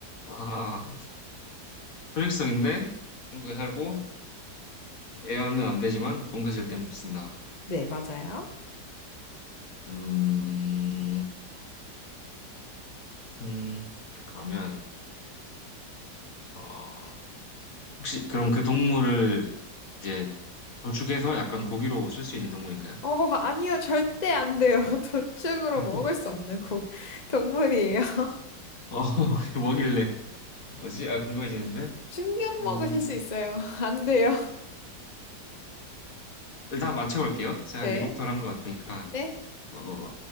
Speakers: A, on the left; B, on the left.
A: 아, 소액성인데 한국에 살고 애완은 안 되지만 농사 지을 때는 못 쓴다.
B: 네, 맞아요.
A: 음, 음, 그러면 어, 혹시 그럼 그 동물을 이제 도축해서 약간 고기로 쓸 수 있는 동물인가요?
B: 어, 아니요, 절대 안 돼요. <laughs> 도축으로 먹을
A: 어,
B: 수 없는 고, 동물이에요. <laughs>
A: <laughs> 뭐길래? 뭐지? 아, 궁금해지는데?
B: 충격
A: 음,
B: 먹으실 수 있어요. <laughs> 안 돼요.
A: 일단 맞춰볼게요. 제가
B: 네.
A: 한 일곱 털한 것 같으니까.
B: 네.
A: 어,